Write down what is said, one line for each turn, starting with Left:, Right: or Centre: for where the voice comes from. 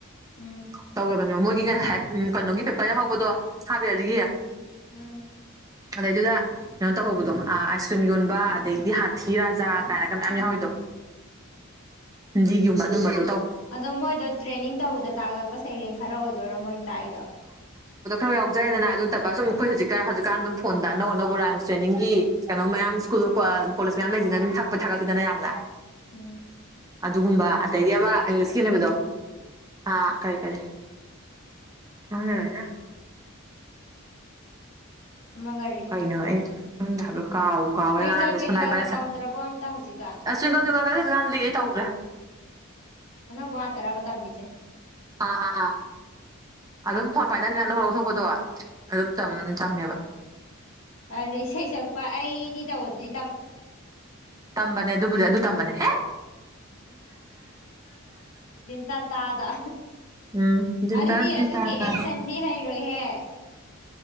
Left: ꯎꯝ
Right: ꯇꯧꯗꯕꯅꯦꯕ ꯃꯣꯏꯒꯤ ꯀꯩꯅꯣꯒꯤ ꯄꯦꯄꯔ ꯌꯥꯎꯍꯧꯕꯗꯣ ꯁꯥꯕꯤꯔꯂꯤꯒ
Left: ꯎꯝ
Right: ꯑꯗꯩ ꯑꯗꯨꯗꯨꯗ ꯀꯩꯅꯣ ꯇ ꯍꯧꯕꯕꯣꯁ ꯁꯨꯝ ꯌꯣꯟꯕ ꯑꯗꯒꯤꯗꯤ ꯍꯥꯊꯤ ꯔꯥꯖꯥ ꯀꯥꯏꯅꯒ ꯃꯌꯥꯝ ꯌꯥꯎꯋꯤꯗꯣ ꯗꯤꯒꯤ ꯃ ꯑꯗꯨꯝ ꯃꯗꯨ
Left: ꯑꯗꯣ ꯃꯣꯏꯗꯣ ꯇ꯭ꯔꯦꯅꯤꯡ ꯇꯧꯕꯗ ꯇꯥꯛꯂꯛꯄ ꯁꯩꯔꯦꯡ ꯈꯔ ꯑꯣꯏꯗꯣꯏꯔꯣ ꯃꯣꯏꯅ ꯇꯥꯛꯏꯗꯣ
Right: ꯌꯥꯎꯖꯩꯦꯗꯅ ꯑꯗꯨ ꯅꯠꯇꯕ ꯁꯨꯝ ꯑꯩꯈꯣꯏ ꯍꯧꯖꯤꯛꯀꯥꯟ ꯍꯧꯖꯤꯛꯀꯥꯟ ꯑꯗꯨꯝ ꯐꯣꯟꯗ ꯑꯅꯧ ꯑꯅꯧꯕ ꯔꯥꯏꯝꯁ ꯇ꯭ꯔꯦꯅꯤꯡꯒꯤ ꯀꯩꯅꯣ ꯃꯌꯥꯝ ꯁ꯭ꯀꯨꯜ ꯀꯣꯂꯦꯖ ꯃꯌꯥꯝ ꯂꯩꯁꯤꯅ ꯑꯗꯨꯝ ꯊꯛꯄ ꯊꯥꯒꯠꯂꯤꯗꯅ ꯌꯥꯝꯅ
Left: ꯎꯝ
Right: ꯑꯗꯨꯒꯨꯝꯕ ꯑꯗꯩꯗꯤ ꯑꯃ ꯏꯪꯂꯤꯁꯀꯤꯅꯦꯕꯗꯣ ꯑ ꯀꯔꯤ ꯀꯔꯤ ꯍꯅꯦꯦ ꯋꯥ
Left: ꯑꯃ ꯀꯔꯤ
Right: ꯀꯩꯅꯣ ꯎꯝꯂ ꯀꯥꯎ ꯀꯥꯎꯋꯦ
Left: ꯇ꯭ꯋꯤꯡꯀꯜ
Right: ꯉꯔꯥꯡ ꯃꯤ
Left: ꯇ꯭ꯋꯤꯡꯀꯜꯒ
Right: ꯁꯨꯝꯂꯥꯏꯕꯥꯏꯔ
Left: ꯇꯧꯗ꯭ꯔꯕꯣ ꯑꯝꯇ ꯍꯧꯖꯤꯛꯀꯥꯟ
Right: ꯑꯁꯋꯀ ꯀꯥꯟꯗꯤ ꯇꯧꯗ꯭ꯔꯦ
Left: ꯍꯅꯣꯕꯨ ꯇꯔꯥꯕꯇꯥ ꯃꯤꯆꯦ
Right: ꯑꯥ ꯑꯥ ꯑ ꯑꯗꯨꯝ ꯐꯣꯟ ꯄꯥꯏꯗꯅꯤꯅ ꯅꯪ ꯂꯧꯊꯣꯛꯄꯗꯣ ꯑꯗꯨꯝ ꯆꯝꯃꯦꯕ
Left: ꯑꯗꯨꯗꯤ ꯏꯁꯩ ꯁꯛꯄ ꯑꯩꯅꯤ ꯇꯧꯕꯗꯗꯤ
Right: ꯇꯝꯕꯅꯦ ꯑꯗꯨꯕꯨ ꯑꯗꯨ ꯇꯝꯕꯅꯦ ꯍꯦ
Left: ꯇ ꯇꯥꯗ
Right: ꯎꯝ ꯙꯤꯟꯇꯥ
Left: ꯑꯗꯨꯗꯤ
Right: ꯙꯤꯟꯇꯥ
Left: ꯑꯗꯨꯒꯤ
Right: ꯇꯥ
Left: ꯑꯦꯛꯁꯟꯗꯤ ꯍꯩꯔꯣꯏꯍꯦ